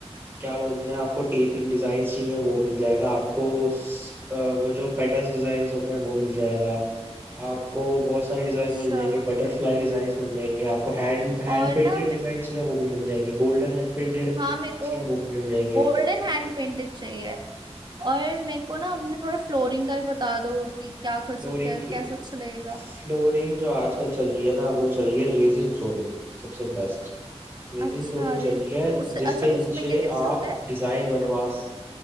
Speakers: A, on the right (about 20°); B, on the right (about 40°).
A: क्या बोलते हैं आपको टेपिंग डिजाइन चाहिए वो मिल जाएगा आपको स- अ, वो जो पैटर्न डिजाइन होते हैं वो मिल जाएगा आपको बहुत सारी डिजाइन
B: अच्छा
A: मिल जाएंगे बटरफ्लाई डिजाइन मिल जाएंगे आपको हैंड हैंड
B: और
A: पेंटेड
B: ना मे-
A: डिजाइन चाहिए वो भी मिल जाएंगे गोल्डन हैंड पेंटेड चाहिए
B: हाँ मेरे को
A: वो भी मिल जाएंगे
B: गोल्डन हैंड पेंटेड चाहिए और मेरे को ना अपने थोड़ा फ्लोरिंग का भी बता दो कि क्या कर
A: फ्लोरिंग
B: सकते हैं
A: की
B: कैसा अच्छा लगेगा
A: फ्लोरिंग जो आजकल चल रही है ना वो चल रही है रेजिन फ्लोरिंग सबसे बेस्ट रेजिन
B: अच्छा
A: फ्लोरिंग
B: अरे
A: चल रही है
B: उससे अच्छा
A: जिसके
B: उसमें
A: नीचे
B: कैसे
A: आप
B: होता है
A: डिजाइन बनवा स-